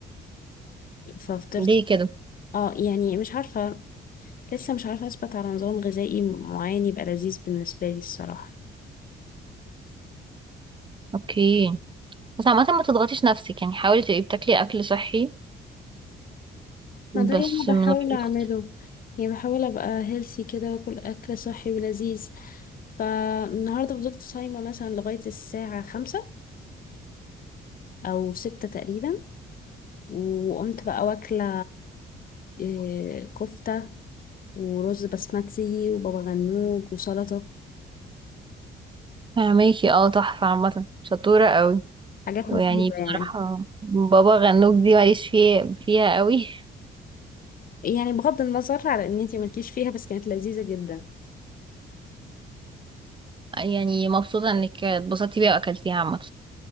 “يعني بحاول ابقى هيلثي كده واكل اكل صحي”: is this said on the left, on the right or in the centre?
Left